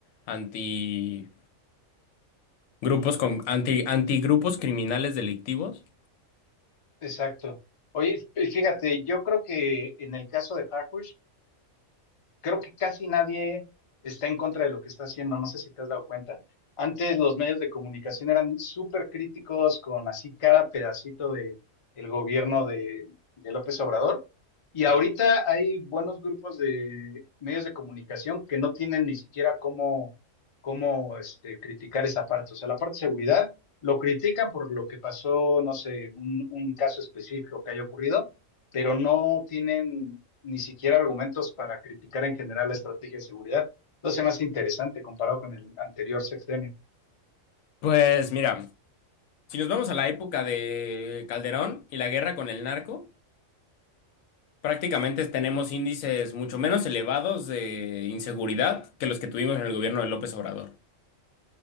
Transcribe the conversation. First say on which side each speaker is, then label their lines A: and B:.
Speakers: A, on the left; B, on the left.
A: anti grupos con, anti, antigrupos criminales delictivos.
B: Exacto. Oye, fí- fíjate, yo creo que en el caso de Harkush, creo que casi nadie está en contra de lo que está haciendo, no sé si te has dado cuenta. Antes los medios de comunicación eran súper críticos con así cada pedacito de el gobierno de, de López Obrador y ahorita hay buenos grupos de medios de comunicación que no tienen ni siquiera cómo, cómo este, criticar esa parte, o sea, la parte de seguridad lo critican por lo que pasó, no sé, un, un caso específico que haya ocurrido, pero no tienen ni siquiera argumentos para criticar en general la estrategia de seguridad. Lo hace más interesante comparado con el anterior sexenio.
A: Pues mira. Si nos vamos a la época de Calderón y la guerra con el narco, prácticamente tenemos índices mucho menos elevados de inseguridad que los que tuvimos en el gobierno de López Obrador.